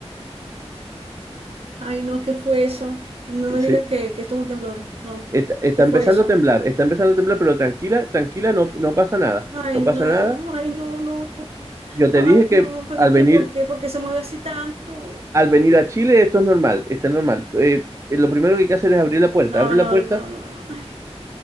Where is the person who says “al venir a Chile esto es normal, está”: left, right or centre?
Right